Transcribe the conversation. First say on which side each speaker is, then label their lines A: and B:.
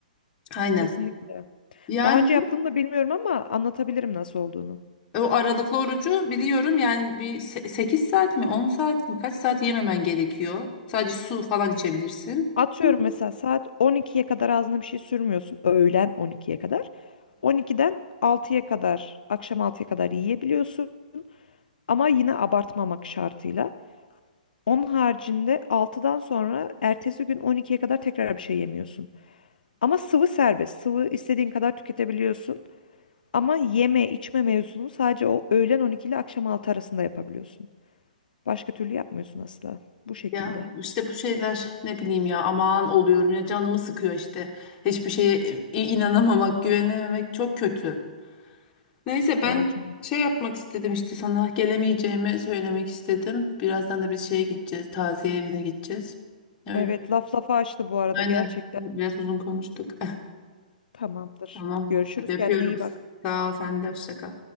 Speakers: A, on the left; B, on the left.
A: aynen.
B: kesinlikle.
A: Yani
B: Daha önce yaptığını da bilmiyorum ama anlatabilirim nasıl olduğunu.
A: o aralıklı orucu biliyorum yani bir 8 saat mi 10 saat mi kaç saat yememen gerekiyor. Sadece su falan içebilirsin.
B: Atıyorum
A: Değil mi?
B: mesela saat 12'ye kadar ağzına bir şey sürmüyorsun. Öğlen 12'ye kadar. 12'den 6'ya kadar, akşam 6'ya kadar yiyebiliyorsun. Ama yine abartmamak şartıyla. Onun haricinde 6'dan sonra ertesi gün 12'ye kadar tekrar bir şey yemiyorsun. Ama sıvı serbest. Sıvı istediğin kadar tüketebiliyorsun. Ama yeme içme mevzunu sadece o öğlen 12 ile akşam 6 arasında yapabiliyorsun. Başka türlü yapmıyorsun asla. Bu şekilde.
A: Ya işte bu şeyler ne bileyim ya aman oluyorum ya canımı sıkıyor işte. Hiçbir şeye e, inanamamak, güvenememek çok kötü. Neyse
B: Evet.
A: ben şey yapmak istedim işte sana gelemeyeceğimi söylemek istedim. Birazdan da biz şeye gideceğiz, taziye evine gideceğiz. Öyle,
B: Evet, laf lafa açtı bu arada
A: aynen
B: gerçekten.
A: biraz uzun konuştuk. <laughs>
B: Tamamdır.
A: Tamam
B: Görüşürüz
A: hadi öpüyorum.
B: kendine iyi bak.
A: Sağ ol sen de hoşça kal.